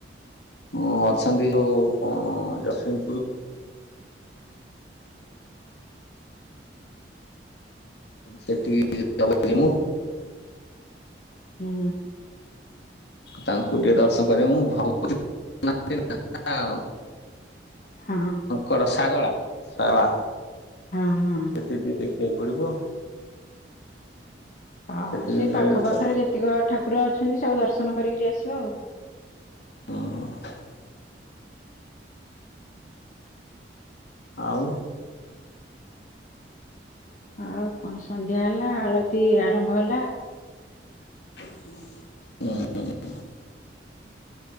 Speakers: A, on the left; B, on the left.
A: ହଁ ଅଛନ୍ତି ଯୋଉ କଣ ଜଗସିଂ ସେଠିକି <unintelligible> ମୁଁ
B: ହୁଁ
A: ତାଙ୍କୁ ଟିକେ ଦର୍ଶନ କରିବି ମୁଁ <unintelligible> ଆଉ
B: ହଁ
A: କଣ ଶାରଳା ଶାରଳା
B: ହଁ ହଁ
A: ସେତିିକି ଦେଖିବାକୁ ପଡିବ।
B: ହଁ
A: ସେଠି
B: ସେ
A: ଟିକେ
B: ପାଖ ପାଖରେ ଯେତିକ ଠାକୁର ଅଛନ୍ତି ସବୁ ଦର୍ଶନ କରିକିରି ଆସିବ ଆଉ
A: ହଁ ଆଉ
B: ଆଉ କଣ ସନ୍ଧ୍ୟା ହେଲା ଆଳତି ଆରମ୍ଭ ହେଲା
A: ହୁଁ